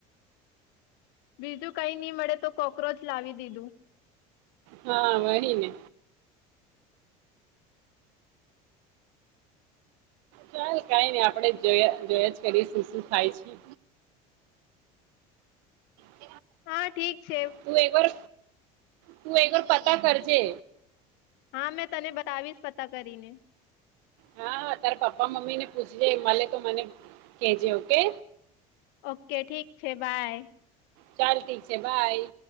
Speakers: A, on the left; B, on the right.
A: બીજું કઈ નહી મળે તો કોક્રોચ લાવી દીધું
B: હા મળરી ને ચાલ કઈ નઈ આપડે જોયા જોયા જ કરીશું શું થાય છે
A: હા ઠીક છે
B: તું એકવાર તું એકવાર પતા કરજે
A: હા મેં તને બતાવીશ પતા કરીને
B: હા તારેા પપ્પા મમ્મી ને પૂછજે મલે તો મને કેજે ઓકે
A: ઓકે ઠીક છે બાય
B: ચાલ ઠીક છે બાય